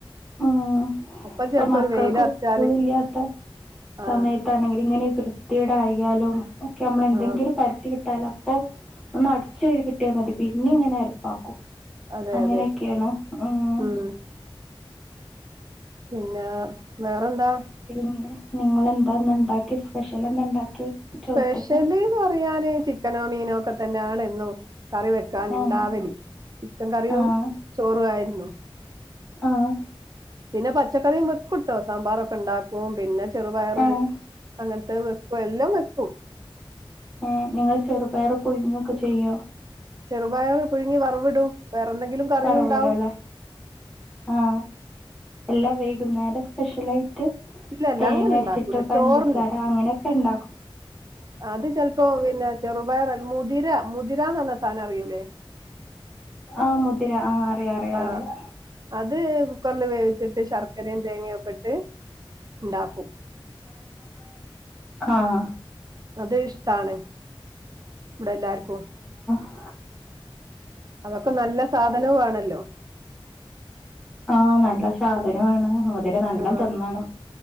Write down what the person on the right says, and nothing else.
അപ്പൊ
ചെലപ്പോ
ഒരു വെയിലറച്ചാല്
ആ
ആ
അതെ
അതെ
ഉം പിന്നെ വേറെന്താ
സ്പെഷ്യല്ന്ന്
പറയാന്ന് ചിക്കനോ മീനോ ഒക്കെ തന്നെയാണ് എന്നും കറി വെക്കാൻ
ഉണ്ടാവല് ചിക്കൻ കറിയും
ചോറും ആയിരുന്നു
പിന്നെ പച്ചക്കറിയും വെക്കുട്ടോ സാമ്പാറൊക്കെ ഉണ്ടാക്കും പിന്നെ ചെറുപയറ്
അങ്ങനത്തെ വെക്കും എല്ലാം വെക്കൂ
ചെറുപയർ പുഴുങ്ങി വറവിടും വേറെന്തെങ്കിലും കറിയും
ഉണ്ടാവും
ഇല്ല ഇല്ല
അങ്ങനെ ഉണ്ടാക്കൂല
ചോറിന്
അത് ചെലപ്പോ പിന്നെ ചെറുപയർല്ല മുതിര മുതിരാന്ന് പറഞ്ഞ സാധനം അറിയൂലേ
ആഹ
അത് കുക്കറില് വേവിച്ചിട്ട് ശർക്കരയും തേങ്ങയും ഒക്കെ ഇട്ട് ഉണ്ടാക്കും
അത് ഇഷ്ടാണ് ഇവിടെ എല്ലാർക്കും
അതൊക്കെ നല്ല സാധനവും ആണല്ലോ
ആ